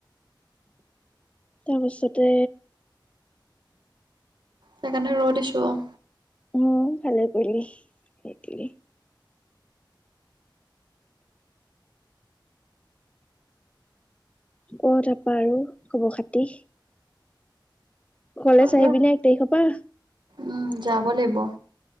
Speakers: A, on the left (about 15°); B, on the right (about 65°).
A: তাৰপাছতে
B: সেইকাৰণে ৰৈ দিছো আৰু।
A: উম, ভালে কৰিলি সেইটোৱে। ক তাৰপা আৰু খবৰ খাতি? কলেজ
B: ভালে
A: আহিবি
B: হ'ব
A: নে এক তাৰিখৰ পৰা?
B: উম, যাব লাগিব।